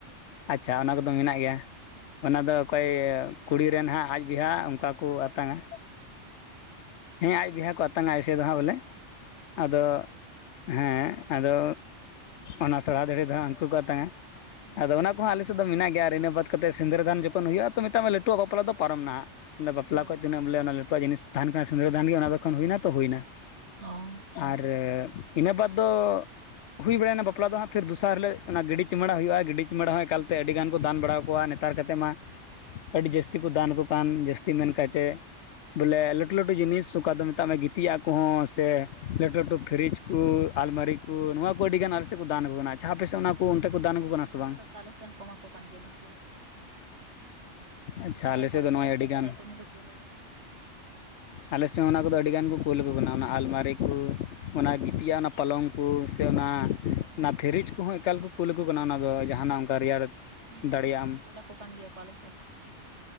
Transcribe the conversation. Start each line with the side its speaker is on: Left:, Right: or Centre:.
Left: ᱟᱪᱪᱷᱟ ᱚᱱᱟ ᱠᱚᱫᱚ ᱢᱮᱱᱟᱜ ᱜᱮᱭᱟ
Right: ᱦᱮᱸ
Left: ᱚᱱᱟ ᱫᱚ ᱚᱠᱚᱭ ᱠᱩᱲᱤᱨᱮᱱ ᱦᱟᱸᱜ ᱟᱡᱼᱼ ᱵᱤᱦᱟ ᱚᱱᱠᱟ ᱠᱚ ᱟᱛᱟᱝᱼᱟ᱾ ᱦᱮᱸ ᱟᱡ ᱜᱮᱦᱟ ᱠᱚ ᱟᱛᱟᱝᱼᱟ ᱟᱡ ᱥᱮᱫ ᱫᱚᱸᱜ ᱵᱚᱞᱮᱼᱼ
Right: ᱦᱳᱭ
Left: ᱟᱫᱚ ᱦᱮᱸ ᱟᱫᱚ ᱚᱱᱟ ᱥᱟᱞᱟ ᱫᱟᱹᱦᱲᱮ ᱫᱚ ᱩᱱᱠᱩ ᱠᱚ ᱛᱟᱝᱼᱟ᱾
Right: ᱦᱩᱸ
Left: ᱟᱫᱚ ᱚᱱᱟ ᱠᱚᱦᱚᱸ ᱟᱞᱮᱼᱼ <inaudible> ᱫᱚ ᱢᱮᱱᱟᱜ ᱜᱮᱭᱟ ᱤᱱᱟᱹ ᱵᱟᱫ ᱠᱟᱛᱮ ᱥᱤᱸᱫᱽᱨᱟᱹᱫᱟᱱ ᱡᱚᱠᱷᱚᱱ ᱦᱩᱭᱩᱜᱼᱟ ᱛᱚ ᱢᱮᱛᱟᱜ ᱢᱮ ᱞᱟᱹᱴᱩᱣᱟᱜ ᱵᱟᱯᱞᱟ ᱫᱚ ᱯᱟᱨᱚᱢ ᱱᱟᱦᱟᱜ ᱵᱟᱯᱞᱟ
Right: ᱦᱳᱭ
Left: ᱠᱷᱚᱡ ᱠᱷᱚᱱ ᱛᱤᱱᱟᱹᱜᱼᱼ ᱵᱚᱞᱮ ᱚᱱᱟ ᱞᱟᱹᱴᱩᱣᱟᱜ ᱡᱤᱱᱤᱥ ᱛᱟᱦᱮᱱ ᱠᱟᱱᱟ ᱥᱤᱸᱫᱽᱨᱟᱹ ᱫᱟᱱ ᱜᱮ ᱚᱱᱟ ᱫᱚᱱ ᱦᱩᱭᱱᱟ ᱛᱚ ᱦᱩᱭᱱᱟ᱾
Right: ᱚᱸ
Left: ᱟᱨ ᱤᱱᱟᱹ ᱵᱟᱫ ᱫᱚᱼᱼ ᱦᱩᱭ ᱵᱟᱲᱟᱭᱱᱟ ᱵᱟᱯᱞᱟ ᱫᱚ ᱦᱟᱸᱜ ᱯᱷᱤᱨ ᱫᱚᱥᱟᱨ ᱦᱤᱞᱳᱜ ᱜᱤᱰᱤ ᱪᱩᱢᱟᱹᱲᱟ ᱦᱩᱭᱩᱜᱼᱟ, ᱜᱤᱰᱤ ᱪᱩᱢᱟᱹᱲᱟ ᱦᱚᱸ ᱮᱠᱟᱞᱛᱮ ᱟᱹᱰᱤ ᱜᱟᱱ ᱠᱚ ᱫᱟᱱ ᱵᱟᱲᱟ ᱠᱚᱣᱟ᱾ ᱱᱮᱛᱟᱨ ᱠᱟᱛᱮᱫ ᱢᱟ ᱟᱹᱰᱤ ᱡᱟᱹᱥᱛᱤ ᱠᱚ ᱫᱟᱱ ᱠᱚ ᱠᱟᱱ ᱡᱟᱹᱥᱛᱤ ᱢᱮᱱ ᱠᱟᱭᱛᱮ ᱵᱚᱞᱮ ᱞᱟᱹᱴᱩᱼᱼ ᱞᱟᱹᱴᱩ ᱞᱟᱹᱴᱩ ᱡᱤᱱᱤᱥ ᱚᱠᱟ ᱫᱚ ᱢᱮᱛᱟᱜ
Right: ᱦᱩᱸ
Left: ᱢᱮ ᱜᱤᱛᱤᱡᱟᱜ ᱠᱚᱦᱚᱸ ᱥᱮ ᱞᱟᱹᱴᱩ ᱞᱟᱹᱴᱩ
Right: ᱦᱩᱸ
Left: ᱯᱷᱨᱤᱡᱼᱼ ᱠᱩ ᱟᱞᱢᱟᱨᱤ ᱠᱩ ᱱᱚᱣᱟ ᱠᱚ ᱟᱹᱰᱤ ᱜᱟᱱ ᱟᱞᱮᱥᱮᱜ ᱠᱚ ᱫᱟᱱ ᱟᱠᱚ ᱠᱟᱱᱟ᱾ ᱟᱯᱮᱥᱮᱜ ᱚᱱᱟ
Right: ᱦᱩᱸ
Left: ᱠᱩ ᱚᱱᱛᱮ ᱠᱚ ᱫᱟᱱ
Right: ᱦᱩᱸ
Left: ᱟᱠᱚ ᱠᱟᱱᱟ ᱥᱮ
Right: ᱱᱮᱛᱟᱨ
Left: ᱵᱟᱝᱼᱼ
Right: ᱫᱚ ᱟᱞᱮ ᱥᱮᱫ ᱦᱚᱸᱠᱚ ᱮᱢᱟ ᱠᱚ ᱠᱟᱱ ᱜᱮᱭᱟ ᱚᱱᱟ ᱠᱩᱞᱟᱠᱚ ᱠᱟᱱᱟ ᱠᱚ
Left: ᱟᱪᱪᱷᱟ
Right: ᱡᱟᱦᱟᱸᱭ
Left: ᱟᱞᱮ
Right: ᱫᱟᱲᱮᱭᱟᱜ-ᱟᱭ
Left: ᱥᱮᱜ ᱫᱚ ᱱᱚᱜᱼᱚᱭ ᱟᱹᱰᱤᱜᱟᱱ᱾
Right: ᱥᱮ ᱤᱪᱪᱷᱟᱭ ᱛᱮ ᱩᱱᱤ ᱫᱚ ᱠᱩᱞᱟᱭᱟᱭ
Left: ᱟᱞᱮ ᱥᱮᱜ ᱦᱚᱸ ᱚᱱᱟ ᱠᱚᱫᱚ ᱟᱹᱰᱤ ᱜᱟᱱ ᱠᱚ ᱠᱩᱞ ᱟᱠᱩ ᱠᱟᱱᱟ ᱚᱱᱟ ᱟᱞᱢᱟᱨᱤ ᱠᱩ ᱚᱱᱟ ᱜᱤᱛᱤᱡᱟᱜ ᱚᱱᱟ ᱯᱟᱞᱚᱝᱼᱼ ᱠᱩ ᱥᱮ ᱚᱱᱟ
Right: ᱦᱳᱭ
Left: ᱚᱱᱟ ᱯᱷᱤᱨᱤᱡᱽ ᱠᱚᱦᱚ ᱮᱠᱟᱞ ᱠᱚ ᱠᱩᱞᱟᱠᱩ ᱠᱟᱱᱟ ᱚᱱᱟ ᱫᱚ ᱡᱟᱦᱟᱱᱟᱜ ᱚᱱᱠᱟ ᱨᱮᱭᱟᱲ᱾
Right: ᱦᱩᱸ
Left: ᱫᱟᱲᱮᱭᱟᱜ
Right: ᱦᱩᱸ
Left: ᱟᱢ
Right: ᱠᱳᱞ ᱟᱠᱚᱠᱟᱱ ᱜᱮᱭᱟ ᱠᱚ ᱟᱞᱮ ᱥᱮᱜ ᱦᱚᱸᱼᱼ